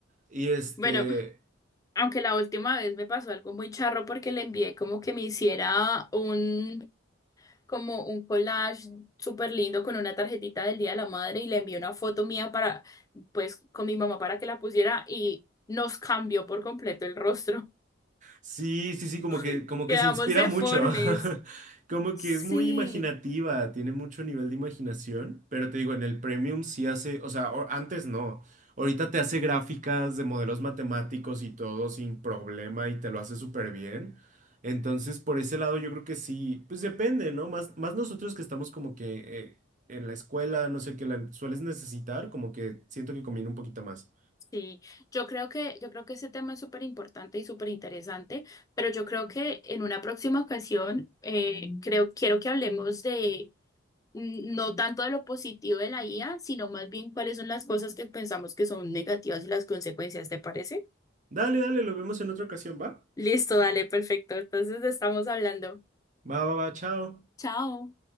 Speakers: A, on the right; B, on the left.
A: y este,
B: Bueno, aunque la última vez me pasó algo muy charro porque le envié como que me hiciera un, como un collage súper lindo con una tarjetita del Día de la Madre y le envié una foto mía para, pues, con mi mamá para que la pusiera y nos cambió por completo el rostro.
A: Sí, sí, sí, como que,
B: <laughs>
A: como
B: Quedamos
A: que se inspira
B: deformes.
A: mucho. <laughs> Como
B: Sí.
A: que es muy imaginativa, tiene mucho nivel de imaginación, pero te digo, en el Premium sí hace, o sea, o- antes no. Ahorita te hace gráficas de modelos matemáticos y todo sin problema y te lo hace súper bien. Entonces, por ese lado yo creo que sí, pues depende, ¿no? Más, más nosotros que estamos como que eh, en la escuela, no sé, que la sueles necesitar, como que siento que conviene un poquito más.
B: Sí, yo creo que, yo creo que ese tema es súper importante y súper interesante, pero yo creo que en una próxima ocasión, eh, creo, quiero que hablemos de mm, no tanto de lo positivo de la IA, sino más bien cuáles son las cosas que pensamos que son negativas y las consecuencias, ¿te parece?
A: Dale, dale, lo vemos en otra ocasión, ¿va?
B: Listo, dale, perfecto. Entonces estamos hablando.
A: Va, va, va, chao.
B: Chao.